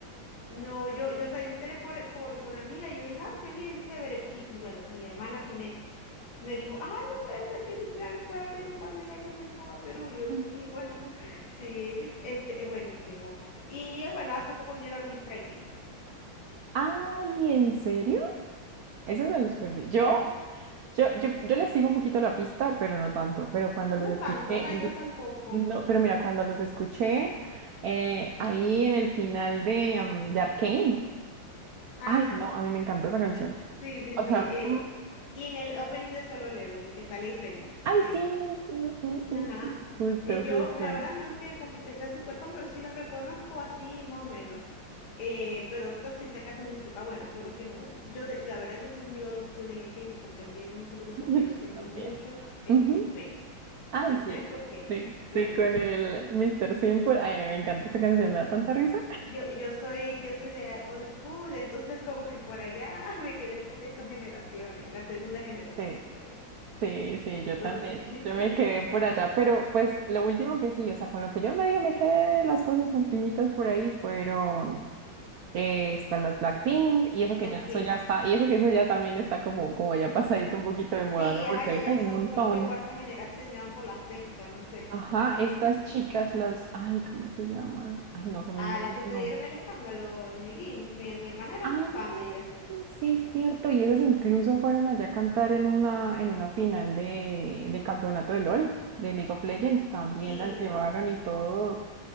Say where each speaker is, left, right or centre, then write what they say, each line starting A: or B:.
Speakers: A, on the left; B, on the right.
A: No, yo, yo, o sea, yo me enteré por, por, por mi amiga y yo dije, ah, qué bien, chévere. Y, y bueno, mi hermana sí me, Me dijo, ay, no puede ser que Diplan fue a Perú cuando ya yo no estaba a Perú.
B: <laughs>
A: Y yo, sí, bueno, <laughs> sí, este, es buenísimo. Y eh, bueno, hace poco vinieron los Stray Kids.
B: Ay, ¿en serio? Eso no los perdí. Yo,
A: Ujú.
B: yo, yo, yo les sigo un poquito la pista, pero no tanto. Pero cuando
A: No
B: los escuché,
A: tanto, ajá, yo tampoco.
B: No, pero mira, cuando los escuché, eh, ahí en el final de, um, de Arcane,
A: Ajá,
B: ay, no, a mí me encantó esa canción.
A: sí, sí,
B: O
A: sí.
B: sea, Sí.
A: eh,
B: mm,
A: y en el opening de Solo Leveling, que sale Félix,
B: ay,
A: sí.
B: sí, sí, sí,
A: Ajá.
B: sí, sí, justo,
A: y yo,
B: justo,
A: la
B: ay,
A: verdad, no es que como que sea súper fan, pero sí los reconozco así, más o menos. Eh, pero tú sí sé que hacen música buena, solo que no. Yo, de, la verdad, yo soy muy old school en el K-pop porque a mí el único
B: <laughs>
A: grupo
B: yo
A: que yo seguí
B: también.
A: mucho es
B: Ujú,
A: Big Bang.
B: Ay,
A: Big
B: sí,
A: Bang porque,
B: sí,
A: bueno,
B: sí, con
A: pues,
B: el Mister Simple, ay, a mí me encanta esa canción, me da tanta risa.
A: yo, yo soy, yo soy de old school, entonces como que por allá <laughs> me quedé por estas generaciones, la segunda generación
B: Sí,
A: por ahí.
B: sí, sí,
A: Entonces,
B: yo también,
A: <laughs>
B: yo me quedé por allá, pero pues lo último que sí, o sea, con lo que yo medio me quedé, las cosas ultimitas por ahí fueron. eh, están las Blackpink, y eso
A: Blackpink.
B: que ya, eso ya está, y eso que eso ya también está como, como ya pasadito un poquito de moda,
A: Sí,
B: ¿no? Porque
A: ajá, ya,
B: ahorita
A: ya
B: hay
A: son,
B: un montón.
A: creo que cuarta generación, ya van por la sexta, no sé.
B: Ajá, estas chicas, las, ay, ¿cómo se llaman? Ay, no, se me
A: Ah,
B: olvidó
A: las que tuvieron
B: el nombre.
A: el escándalo en New Jeans. Mi, mi hermana era
B: Ah,
A: muy fan de ella.
B: sí es cierto, y esas incluso fueron allá a cantar en una, en una final de, del campeonato de LOL, de League of Legends, también
A: Sí,
B: las llevaron
A: ¿no?
B: y todo,